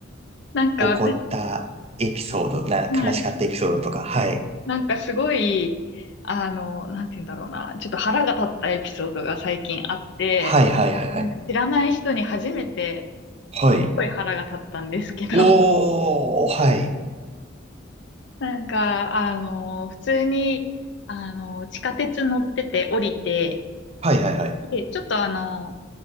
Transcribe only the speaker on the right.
起こったエピソード、な、
悲しかったエピソードとか、はい。
はいはいはいはい。
はい。
おー、はい。
はいはいはい。